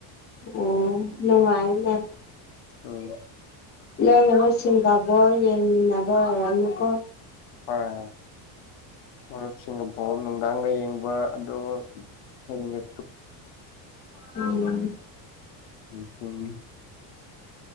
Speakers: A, on the left; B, on the left.
A: ꯑꯝ ꯅꯨꯡꯉꯥꯏꯅꯦ
B: ꯑ
A: ꯅꯣꯏ ꯃꯔꯨꯞꯁꯤꯡꯒꯕꯣꯜ ꯌꯦꯡꯃꯤꯟꯅꯕ ꯑꯣꯏꯔꯝꯅꯤꯀꯣ
B: ꯍꯣꯏ ꯍꯣꯏ ꯁꯤꯡꯒ ꯕꯣꯜ ꯅꯨꯡꯗꯥꯡꯒ ꯌꯦꯡꯕ ꯑꯗꯨꯒ ꯍꯌꯦꯡꯒ
A: ꯎꯝ
B: ꯅꯨꯡꯊꯤꯟ